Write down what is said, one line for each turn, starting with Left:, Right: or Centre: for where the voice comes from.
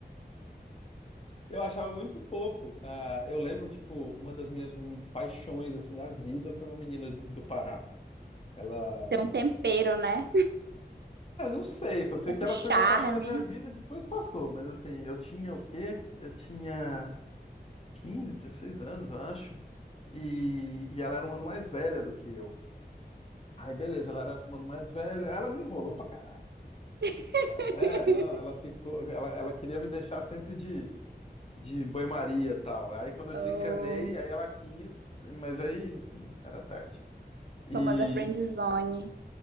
Left: Eu achava muito fofo. Ah, eu lembro, tipo, uma das minhas paixões, assim, da vida foi uma menina do Pará. Ela.
Right: Tem um tempero, né?
Left: Cara, não sei, só sei
Right: Um
Left: que ela
Right: charme.
Left: foi uma paixão da minha vida, depois passou, mas assim, eu tinha o quê? Eu tinha. 15, 16 anos, eu acho. E, e ela era um ano mais velha do que eu. Aí, beleza, ela era um ano mais velha. Ela me enrolou pra caralho.
Right: <laughs>
Left: É, não, ela ficou. Ela, ela queria me deixar sempre de, de banho-maria e tal. Aí, quando eu
Right: Oh,
Left: desencanei, aí ela quis, mas aí hum, era tarde. E.
Right: famosa friendzone.